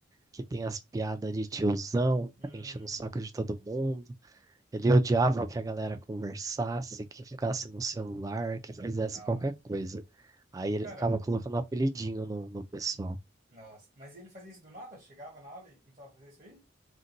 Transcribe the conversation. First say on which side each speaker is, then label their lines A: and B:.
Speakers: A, on the right (about 15°); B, on the right (about 40°).
A: que tem as piadas de tiozão,
B: Uhum.
A: enchendo o saco de todo mundo? Ele odiava que a galera conversasse, que ficasse no celular, que fizesse
B: Nossa.
A: qualquer coisa. Aí ele
B: Cara,
A: ficava colocando um apelidinho no, no pessoal.
B: nossa. Mas ele fazia isso do nada? Chegava na aula e começava a fazer isso aí?